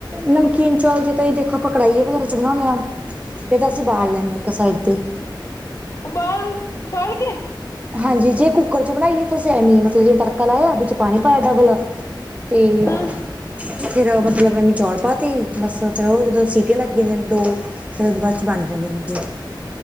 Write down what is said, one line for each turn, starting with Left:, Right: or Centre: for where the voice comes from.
Right: ਨਮਕੀਨ ਚੌਲ ਜਾ ਤਾਂ ਤੁਸੀਂ ਦੇਖੋ ਕੜਾਈ <unintelligible> 'ਚ ਬਣਾਉਣੇ ਆ। ਫੇ਼ਰ ਤਾਂ ਅਸੀਂ ਉਬਾਲ ਲੈਂਣੇ ਆ, ਇੱਕੋ ਸਾਈਡ ਤੇ
Left: ਓਬਾਲ ਬਾਲ ਕੇ <unintelligible>
Right: ਹਾਂਜੀ, ਜੇ ਕੁੱਕਰ ਚ ਬਣਾਈਏ ਤੇ ਅਸੀਂ ਏਵੀ ਮਤਲਬ ਜੇ ਤੜਕਾ ਲਾਇਆਂ ਵਿੱਚ ਪਾਣੀ ਪਾਇਆਂ ਅਧਾ ਗਿਲਾਸ- ਤੇ
Left: ਹੂੰ
Right: ਫੇ਼ਰ ਮਤਲਬ ਐਵੀਂ ਚੌਲ ਪਾ ਤੇ ਬੱਸ ਫ਼ੇਰ ਉਹ ਜਦੋਂ ਸੀਟੀਆਂ ਲੱਗਦੀਆਂ ਨੇ ਦੋ, ਫ਼ੇਰ ਉਦੋਂ ਬਾਅਦ ਚ ਬਣ ਜਾਂਦੇ ਨੇ ਗੇ